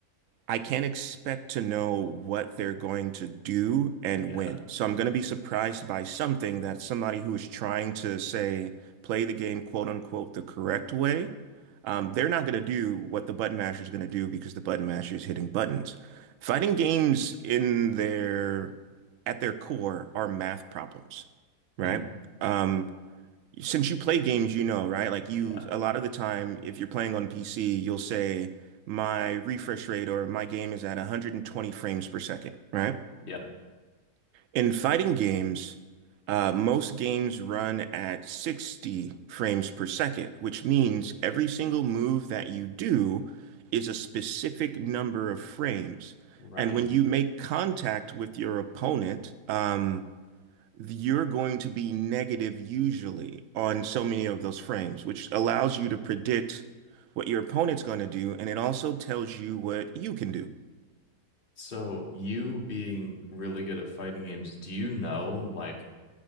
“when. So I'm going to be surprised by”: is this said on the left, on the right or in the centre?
Right